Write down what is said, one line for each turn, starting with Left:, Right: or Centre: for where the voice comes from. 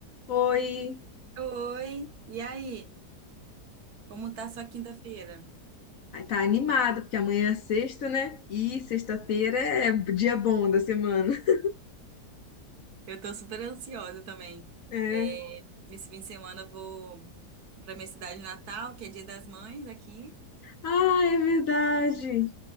Left: Oi,
Right: Oi, e aí? Como tá sua quinta-feira?
Left: Ai, tá animado, porque amanhã é sexta, né? E sexta-feira é dia bom da semana. <laughs>
Right: Eu tô super ansiosa também.
Left: É.
Right: É, esse fim de semana eu vou pra minha cidade natal, que é Dia das Mães aqui.
Left: Ah, é verdade.